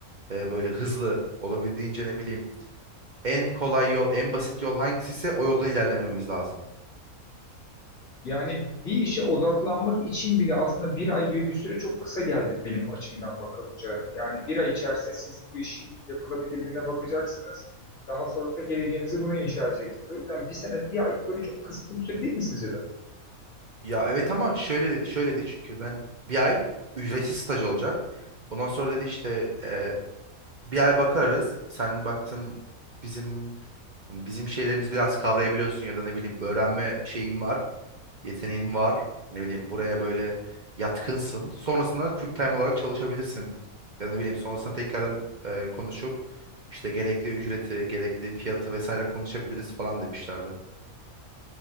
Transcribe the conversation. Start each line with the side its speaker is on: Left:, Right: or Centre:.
Right: Ee, böyle hızlı olabildiğince ne bileyim. En kolay yol, en basit yol hangisi ise o yoldan ilerlememiz lazım.
Left: yani bir işe odaklanmak için bile aslında bir ay gibi bir süre çok kısa geldi benim açımdan bakılınca. Yani bir ay içerisinde siz bu işin yapılabilirliğine bakacaksınız. Daha sonrasında geleceğinizi buna inşa edeceksiniz. O yüzden bir sene, bir ay böyle çok kısıtlı bir süre değil mi sizce de?
Right: Ya evet ama şöyle şöyle dedi çünkü ben bir ay ücretsiz staj olacak. Ondan sonra dedi işte e, bir ay bakarız. Sen baktın bizim yani bizim şeylerimizi biraz kavrayabiliyorsun ya da ne bileyim öğrenme şeyin var yeteneğin var. Ne bileyim buraya böyle yatkınsın. Sonrasında full time olarak çalışabilirsin. Ya da ne bileyim sonrasında tekrardan e, konuşup işte gerekli ücreti, gerekli fiyatı vesaire konuşabiliriz falan demişlerdi.